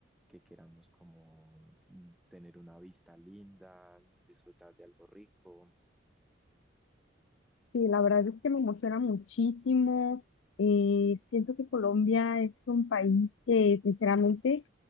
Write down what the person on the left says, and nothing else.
Sí, la verdad es que me emociona muchísimo. Eh, siento que Colombia es un país que, sinceramente,